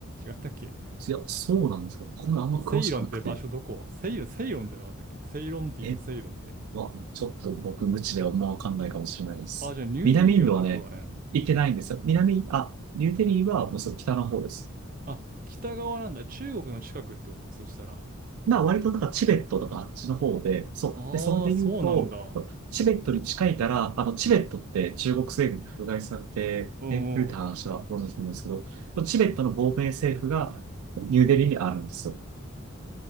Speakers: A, on the right; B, on the right.
A: 違ったっけ
B: いや、そうなんですよ。これあんま詳しくなくて。
A: セイロンって場所どこセイロン、セイロンじゃなかったっけセイロンティーのセイロンって。
B: え、わ、ちょっと僕無知ではもうわかんないかもしれないです。
A: あ、じゃあニューデリーはどこらへん
B: 南インドはね、行ってないんですよ。南、あ、ニューデリーはもうそう北の方です。
A: あ、北側なんだ。中国の近くってことそしたら。
B: まあ割となんかチベットとかあっちの方で、そう。
A: ああ、
B: で、それで言うと、
A: そうなんだ。う
B: チベットに近いから、あの、チベットって中国政府に迫害されて、
A: んうん。
B: ね、古田話はご存知なんですけど、チベットの亡命政府がニューデリーにあるんですよ。